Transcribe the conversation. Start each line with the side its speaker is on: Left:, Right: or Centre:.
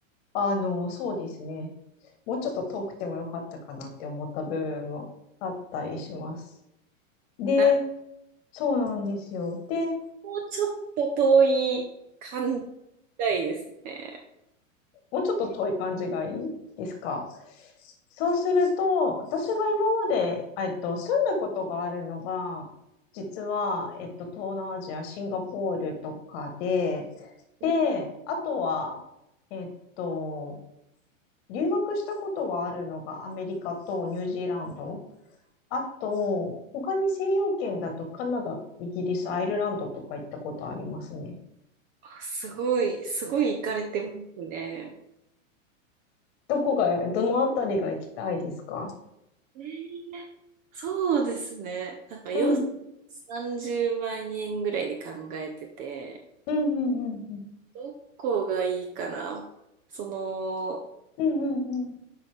Left: あの、そうですね。もうちょっと遠くてもよかったかなって思った部分もあったりします。で、
Right: な
Left: そうなんですよ。で、
Right: もうちょっと遠い感じたいですね。
Left: もうちょっと遠い感じがいいですか。そうすると、私が今まで、えっと、住んだことがあるのが、実は、えっと、東南アジア、シンガポールとかで、
Right: い
Left: で、あとは、えっと、留学したことがあるのがアメリカとニュージーランド。あと、他に西洋圏だとカナダ、イギリス、アイルランドとか行ったことありますね。
Right: あすごい、すごい行かれてますね。
Left: どこが、どのあたりが行きたいですか
Right: ねえそうですね。なんかよ、
Left: うん、
Right: 30万円ぐらいで考えてて、
Left: うん、うん、うん。うん
Right: どこがいいかな。その、
Left: うんうんうん。